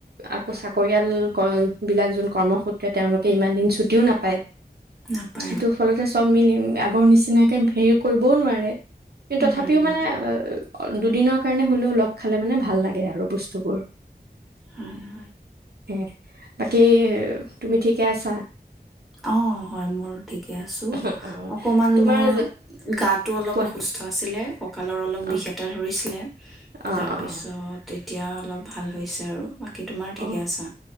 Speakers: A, on the right; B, in the centre.
A: আকৌ চাকৰিয়াল কৰন, বিলাক যোন কৰ্মসূত্ৰে তেওঁলোকে ইমান দিন ছুটিও নাপায়।
B: নাপায়।
A: সেইটো
B: অ
A: ফলতে চব মিলি, মা- আগৰ নিচিনাকে ভেৰ কৰিবও নোৱাৰে কিন্তু তথাপি।
B: নোৱাৰে
A: কিন্তু মানে
B: নোৱাৰে
A: অ দুদিনৰ কাৰণে হ'লেও লগ খালে মানে ভাল লাগে আৰু বস্তুবোৰ।
B: হয় হয়।
A: হোহ, বাকী তুমি ঠিকে আছা?
B: অ হয় মোৰ। ঠিকে আছো,
A: অ
B: অকণমান
A: তোমাৰ
B: মোৰ গাটো অলপ
A: কোৱা
B: অসুস্থ আছিলে, কঁকালৰ অলপ
A: অ
B: বিষ এটা ধৰিছিলে।
A: অ
B: তাৰপিছত
A: অ
B: এই এতিয়া অলপ ভাল হৈছে আৰু। বাকী তোমাৰ ঠিকে
A: অঁ
B: আছা?